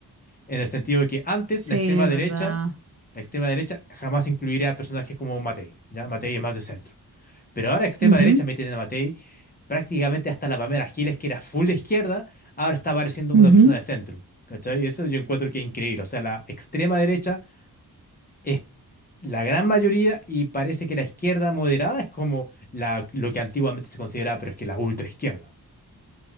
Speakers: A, on the left; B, on the right.
A: en el sentido de que antes
B: Sí,
A: la extrema
B: es
A: derecha,
B: verdad.
A: la extrema derecha jamás incluiría a personajes como Matei, ¿ya? Matei es más de centro. Pero ahora extrema
B: Ujú,
A: derecha meten a Matei prácticamente hasta la Pamela Giles, que era full de izquierda, ahora está apareciendo
B: ujú.
A: una persona de centro. ¿Cachai? Eso yo encuentro que es increíble. O sea, la extrema derecha es la gran mayoría y parece que la izquierda moderada es como la, lo que antiguamente se consideraba, pero es que la ultra izquierda.